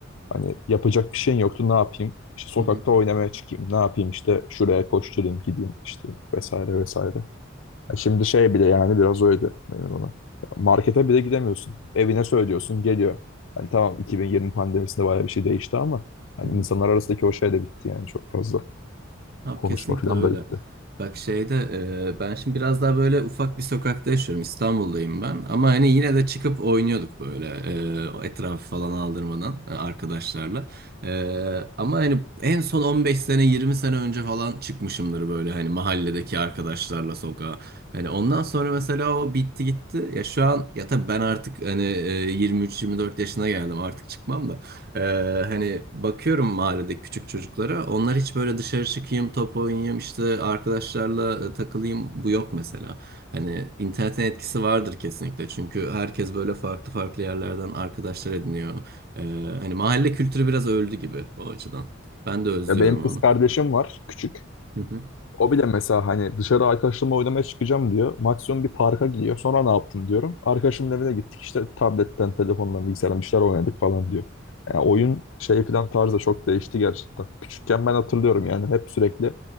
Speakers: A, on the left; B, on the right.
A: Hani yapacak bir şeyin yoktu ne yapayım? İşte sokakta
B: Hı hı,
A: oynamaya çıkayım. Ne yapayım işte şuraya koşturayım gideyim işte vesaire vesaire. Ya Şimdi şey bile yani biraz öyle benim ona. Markete bile gidemiyorsun. Evine söylüyorsun geliyor. Hani tamam 2020 pandemisinde bayağı bir şey değişti ama hani
B: hı hı.
A: insanlar arasındaki o şey de bitti yani çok fazla.
B: Abi
A: Konuşma
B: kesinlikle
A: falan
B: öyle.
A: da bitti.
B: Bak şeyde e, ben şimdi biraz daha böyle ufak bir sokakta yaşıyorum. İstanbul'dayım ben. Ama hani yine de çıkıp oynuyorduk böyle e, o etrafı falan aldırmadan e, arkadaşlarla. E, ama hani en son 15 sene 20 sene önce falan çıkmışımdır böyle hani mahalledeki arkadaşlarla sokağa. Hani ondan sonra mesela o bitti gitti. Ya şu an ya tabii ben artık hani e, 23-24 yaşına geldim artık çıkmam da. Ee, hani bakıyorum mahallede küçük çocuklara. Onlar hiç böyle dışarı çıkayım, top oynayayım, işte arkadaşlarla e, takılayım. Bu yok mesela. Hani internetin etkisi vardır kesinlikle. Çünkü herkes böyle farklı farklı yerlerden arkadaşlar ediniyor. Ee, hani mahalle kültürü biraz öldü gibi o açıdan. Ben de özlüyorum
A: Ya benim kız
B: onu.
A: kardeşim var küçük.
B: Hı hı.
A: O bile mesela hani dışarı arkadaşlarımla oynamaya çıkacağım diyor. Maksimum bir parka gidiyor. Sonra ne yaptın diyorum. Arkadaşımın evine gittik işte tabletten, telefondan, bilgisayardan bir şeyler oynadık falan diyor. Yani
B: Hı
A: oyun
B: hı.
A: şey falan tarzı da çok değişti gerçekten. Küçükken ben hatırlıyorum yani hep sürekli